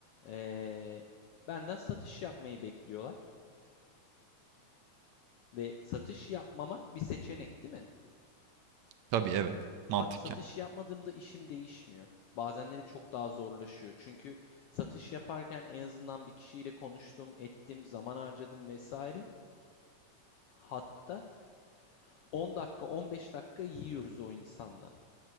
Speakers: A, on the left; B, on the right.
A: eee, benden satış yapmayı bekliyorlar. Ve satış yapmamak bir seçenek değil mi?
B: Tabii evet, mantıken.
A: Abi satış yapmadığımda işim değişmiyor. Bazenleri çok daha zorlaşıyor. Çünkü satış yaparken en azından bir kişiyle konuştum, ettim, zaman harcadım vesaire. Hatta 10 dakika, 15 dakika yiyoruz o insanla.